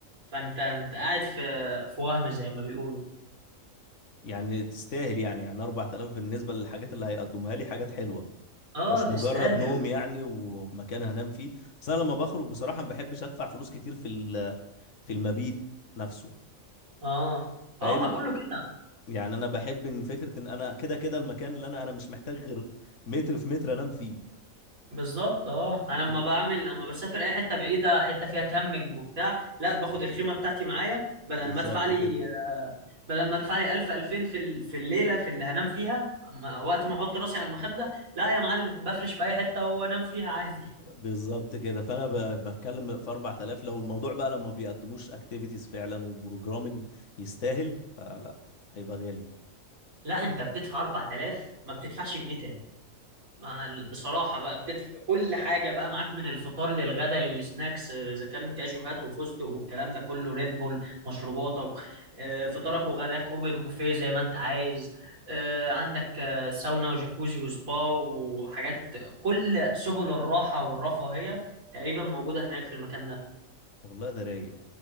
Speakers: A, on the right; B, on the left.
A: فانت انت قاعد في في وهم زي ما بيقولوا
B: يعني تستاهل يعني يعني 4000 بالنسبه للحاجات اللي هيقدمها لي حاجات حلوه
A: اه
B: مش
A: تستاهلوا
B: مجرد نوم يعني ومكان هنام فيه بس انا لما بخرج بصراحه ما بحبش ادفع فلوس كتير في ال- في المبيت نفسه
A: اه
B: فاهم
A: اه ما كله كده
B: يعني انا بحب ان فكره ان انا كده كده المكان اللي انا انا مش محتاج غير متر في متر انام فيه
A: بالظبط اه انا لما
B: م-
A: بعمل لما بسافر اي حته بعيده حته فيها كامبينج وبتاع لا باخد الخيمه بتاعتي معايا بدل
B: بالظبط
A: ما ادفع لي
B: كده
A: آه، بدل ما ادفع لي 1000 2000 في ال- في الليله في اللي هنام فيها أما وقت ما احط راسي على المخده لا يا معلم بفرش في اي حته وانام فيها عادي
B: بالظبط كده فانا ب- بتكلم في 4000 لو الموضوع بقى لما بيقدموش اكتيفيتيز فعلا وبروجرامنج يستاهل فلا هيبقى غالي
A: لا انت بتدفع 4000 ما بتدفعش جنيه تاني مع ال- بصراحة بقى بتدفع كل حاجة بقى معاك من الفطار للغدا للسناكس آه، إذا كان كاجوهات وفستق والكلام ده كله ريد بول مشروباتك آه، فطارك وغداك أوبن بوفيه زي ما أنت عايز آه، عندك آه، ساونا وجاكوزي وسبا وحاجات كل سبل الراحة والرفاهية تقريبا موجودة هناك في المكان ده
B: والله ده رايق